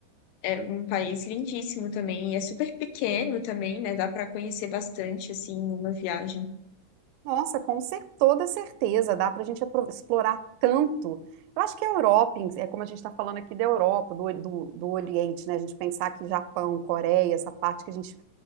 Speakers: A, on the left (about 80°); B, on the right (about 85°).
A: é um país lindíssimo também. E é super pequeno também, né? Dá para conhecer bastante, assim, numa viagem.
B: Nossa, com cer- toda certeza, dá para a gente apro- explorar tanto. Eu acho que a Europa, em- si, é como a gente está falando aqui da Europa, do, do, do Oriente, né? A gente pensar que Japão, Coreia, essa parte que a gente